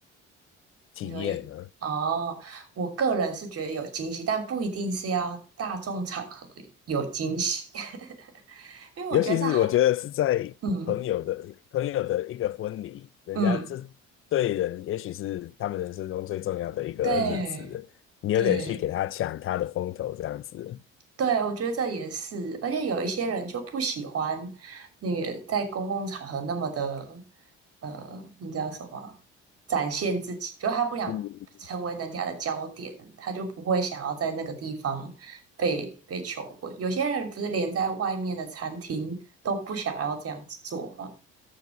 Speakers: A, on the left (about 45°); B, on the right (about 50°).
A: 体验呢？
B: 你说一哦，我个人是觉得有惊喜，但不一定是要大众场合有惊喜，<laughs> 因为我觉得这很，
A: 尤其是我觉得是在朋友的朋友的一个婚礼，
B: 嗯
A: 人家这
B: 嗯，
A: 对人也许是他们人生中最重要的一个日子，
B: 对
A: 你有点去给他抢他的风头这样子。
B: 对。对，我觉得这也是，而且有一些人就不喜欢那个在公共场合那么的，呃，那叫什么啊展现自己，就他不想成为人家的焦点，
A: 嗯，
B: 他就不会想要在那个地方被被求婚。有些人不是连在外面的餐厅都不想要这样子做吗？